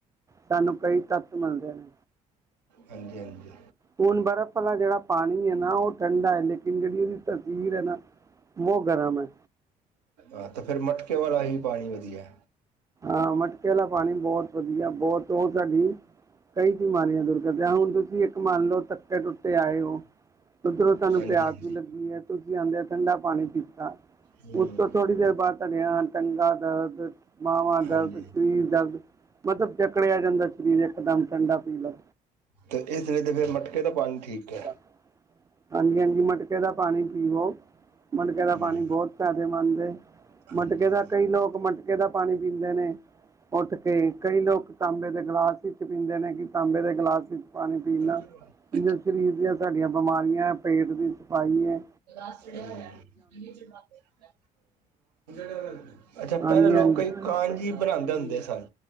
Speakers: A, on the right; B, on the right.
A: ਸਾਨੂੰ ਕਈ ਤੱਤ ਮਿਲਦੇ ਨੇ।
B: ਹਾਂਜੀ ਹਾਂਜੀ
A: ਹੁਨ ਬਰਫ਼ ਵਾਲਾ ਜੇਹੜਾ। ਪਾਨੀ ਏ ਨਾ ਔਹ ਠੰਢਾ ਐ ਲੇਕਿਨ ਜਿਹੜੀ ਏਦੀ ਤਸੀਰ ਐ ਨਾ ਔਹ ਗਰਮ ਐ।
B: ਆ ਤੇ ਫੇਰ ਮਟਕੇ ਵਾਲਾ ਈ ਪਾਨੀ ਵਧੀਐ।
A: ਆ ਮਟਕੇ ਵਾਲਾ ਪਾਨੀ ਬੋਹਤ ਵਧੀਆ ਬਹੁਤ ਉਹ ਤਾਂ ਜੀ। ਕਈ ਬਿਮਾਰੀਆਂ ਦੂਰ ਕਰਦੀਆਂ ਐ ਹੁਨ ਤੁਸੀ ਇੱਕ ਮੰਨ ਲਓ ਥੱਕੇ ਟੁੱਟੇ ਆਏ ਔ। ਉਧਰੋਂ ਤੁਹਾਨੂੰ
B: ਹਾਂਜੀ
A: ਪਿਆਸ
B: ਹਾਂਜੀ
A: ਵੀ ਲੱਗੀ ਐ ਤੁਸੀਂ ਆਂਦੇ ਠੰਡਾ ਪਾਨੀ ਪੀਤਾ।
B: ਹਮ
A: ਉਸ ਤੋਂ ਥੋੜ੍ਹੀ ਦੇਰ ਬਾਅਦ ਤੁਹਾਡੀਆਂ ਟੰਗਾ ਦਰਦ ਬਾਵਾਂ ਦਰਦ
B: ਹਾਂਜੀ
A: ਸਰੀਰ ਦਰਦ ਮਤਲਬ ਜਕੜਿਆ ਜਾਂਦਾ ਸਰੀਰ ਇੱਕ ਦਮ ਠੰਡਾ ਪੀ ਲਓ
B: ਤੇ ਇਤਨੇ ਤੇ ਫੇਰ ਮਟਕੇ ਦਾ ਪਾਨੀ ਠੀਕ ਐ।
A: ਹਾਂਜੀ, ਹਾਂਜੀ ਮਟਕੇ ਦਾ ਪਾਨੀ ਪੀਵੋ ਮਟਕੇ ਦਾ
B: ਹਮ
A: ਪਾਨੀ ਬੋਹਤ। ਫਾਇਦੇਮੰਦ ਏ
B: ਹਾਂਜੀ
A: ਮਟਕੇ ਦਾ
B: ਹਾਂ
A: ਕਈ ਲੋਕ ਮਟਕੇ ਦਾ ਪਾਨੀ ਪੀਂਦੇ ਨੇ। ਉਠ ਕੇ ਕਈ ਲੋਕ ਤਾਂਬੇ ਦੇ ਗਿਲਾਸ ਵਿੱਚ ਪੀਂਦੇ ਨੇ ਕਿ ਤਾਂਬੇ ਦੇ ਗਿਲਾਸ ਵਿੱਚ ਪਾਨੀ ਪੀਨ ਨਾਲ
B: <unintelligible>
A: ਜੇ ਸਰੀਰ ਦੀਆਂ ਸਾਡੀਆਂ ਬਿਮਾਰੀਆਂ ਪੇਟ ਦੀ ਸਫਾਈ ਐ।
B: ਬੁਖਾਰ ਚੜਿਆ ਹੋਇਆ ਮੀਂਹ ਚ <unintelligible> ਨਾਤੇ ਨਾ ਅੱਛਾ
A: ਹਾਂਜੀ
B: ਪਹਿਲੇ ਲੋਕ
A: ਹਾਂਜੀ
B: ਕਈ ਕਾਂਜੀ ਬਣਾਦੇ ਹੁੰਦੇ ਸਨ।